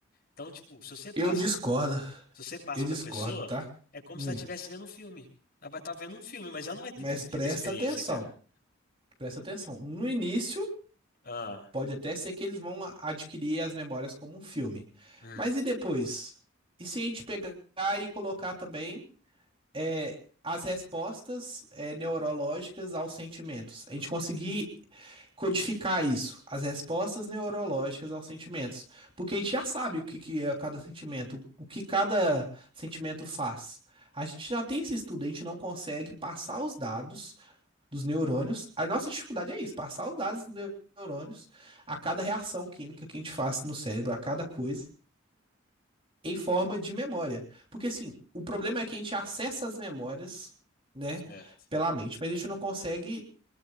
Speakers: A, on the left (about 50°); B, on the right (about 30°).
A: Então, tipo, se você passa,
B: Eu discordo.
A: se você passa
B: Eu
A: pra
B: discordo,
A: pessoa,
B: tá?
A: é como
B: Hum.
A: se ela estivesse vendo um filme. Ela vai estar vendo um filme, mas ela não vai ter
B: Mas
A: vivido
B: presta
A: a experiência,
B: atenção.
A: cara.
B: Presta atenção. No início,
A: Ah,
B: pode até ser que eles vão a- adquirir as memórias como um filme.
A: hum,
B: Mas e depois? E se a gente pegar e colocar também é, as respostas é, neurológicas aos sentimentos? A gente conseguir codificar isso, as respostas neurológicas aos sentimentos. Porque a gente já sabe o que, que é cada sentimento, o que cada sentimento faz. A gente já tem esse estudo, a gente não consegue passar os dados dos neurônios. A nossa dificuldade é isso, passar os dados dos neu- neurônios a cada reação química que a gente faz no cérebro, a cada coisa, em forma de memória. Porque assim, o problema é que a gente acessa as memórias, né,
A: certo,
B: pela mente, mas a gente não consegue